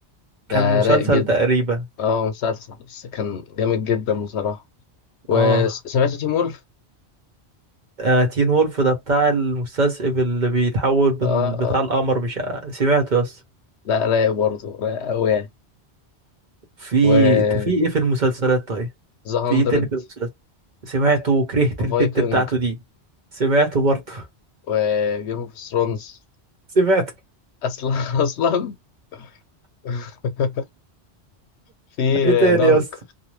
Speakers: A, on the left; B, on the right.
A: ده
B: كان مسلسل
A: رايق جدا
B: تقريبا
A: اه مسلسل بس كان جامد جدا بصراحة وسمعت
B: اه,
A: تيم وولف
B: آه تين وولف ده بتاع المستذئب اللي بيتحول
A: اه
B: من بتاع
A: اه
B: القمر مش سمعته يا اسطى
A: لا رايق برضه رايق أوي يعني
B: في
A: و
B: انت في ايه في المسلسلات طيب
A: ذا هاندرد
B: في ايه تاني في المسلسل سمعته وكرهت البت
A: فايكنج
B: بتاعته دي سمعته برضه
A: وجيم اوف ثرونز
B: <laughs> سمعته
A: اصلا <laughs> اصلا <laughs> في
B: ايه تاني
A: دارك
B: يا اسطى